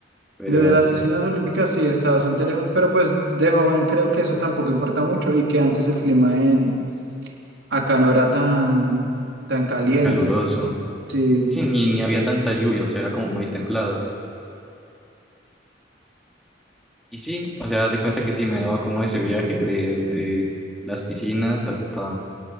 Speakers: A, in the centre; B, on the right.
A: pero
B: Desde las piscinas olímpicas sí está bastante lejos, pero pues de joven creo que eso tampoco importa mucho y que antes el clima en acá no era tan, tan caliente.
A: en caluroso.
B: Sí,
A: Sí, ni, ni había tanta lluvia, o sea, era como muy templado. Y sí, o sea, haz de cuenta que sí me daba como ese viaje desde las piscinas hasta,